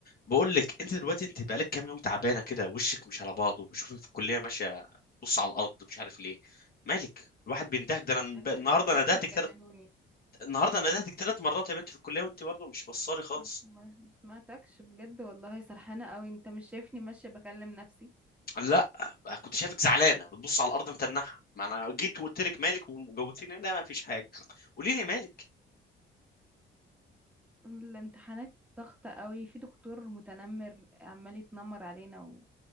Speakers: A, on the left; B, in the centre.
A: بقول لك انت دلوقتي انت بقالك كام يوم تعبانه كده وشك مش على بعضه وبشوفك في الكليه ماشيه بص على الارض مش عارف ليه مالك الواحد بيندهك ده انا
B: ال-
A: ب- النهارده
B: الدكاترة
A: ندهتك
B: جننوني
A: ثلاث النهارده ندهتك ثلاث مرات يا بنت في الكليه وانت برضه مش بصالي خالص
B: ما ما- ما سمعتكش بجد والله سرحانة قوي انت مش شايفني ماشية بكلم نفسي
A: لا كنت شايفك زعلانه بتبص على الارض متنحه ما انا جيت وقلت لك مالك وجوتيني لا ما فيش حاجه قولي لي مالك
B: الامتحانات ضغطة قوي في دكتور متنمر عمال يتنمر علينا و...